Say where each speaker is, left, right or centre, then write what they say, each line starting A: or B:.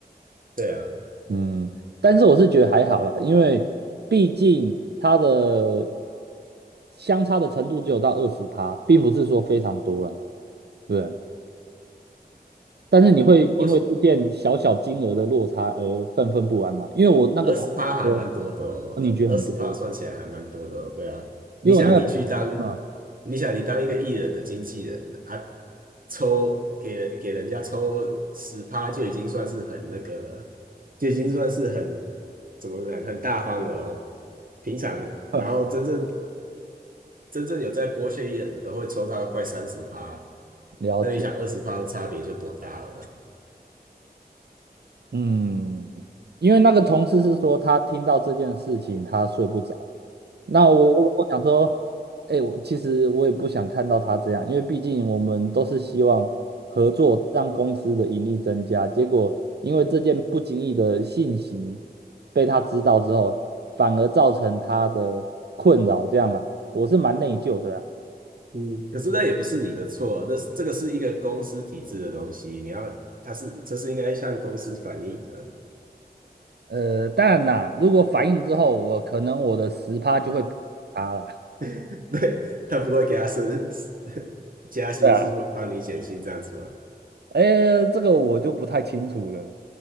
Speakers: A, on the right; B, on the right.
A: 对啊，
B: 嗯，但是我是觉得还好啦，因为毕竟它的相差的程度只有到二十趴，并不是说非常多啦，对不对但是你会因为这件小小金额的落差而愤愤不安嘛？
A: 我
B: 因为我那个同学说，
A: 二十趴还蛮多的哦，
B: 哦，你觉得很多，
A: 二十趴算起来还蛮多的哦。对啊，
B: 因为我那个，
A: 你想你去当，
B: 嗯，
A: 你想你当一个艺人的经纪人啊，抽给给人家抽十趴就已经算是很那个了，就已经算是很怎么讲很大方了哦。平常然后真正
B: <laughs>
A: 真正有在剥削艺人的都会抽到快三十趴，
B: 了解。
A: 那你想二十趴的差别就多大了？
B: 嗯，因为那个同事是说他听到这件事情他睡不着，那我我我想说，哎、我其实我也不想看到他这样，因为毕竟我们都是希望合作让公司的盈利增加，结果因为这件不经意的信息被他知道之后，反而造成他的困扰，这样啦，我是蛮内疚的啊。
A: 嗯，可是那也不是你的错，这是这个是一个公司体制的东西，你要，他是这是应该向公司反映的，
B: 呃，当然啦，如果反应之后，我可能我的十趴就会补他啦。
A: <laughs> 对，他不会给他升 <laughs> 加薪，
B: 对啊，
A: 是不帮你减薪这样子吗？
B: 哎，这个我就不太清楚了。